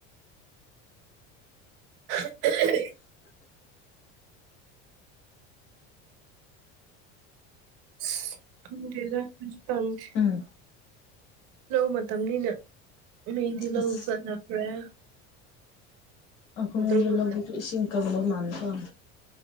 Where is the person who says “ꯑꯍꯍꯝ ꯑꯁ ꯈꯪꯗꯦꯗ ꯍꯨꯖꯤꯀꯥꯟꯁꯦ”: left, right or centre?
Right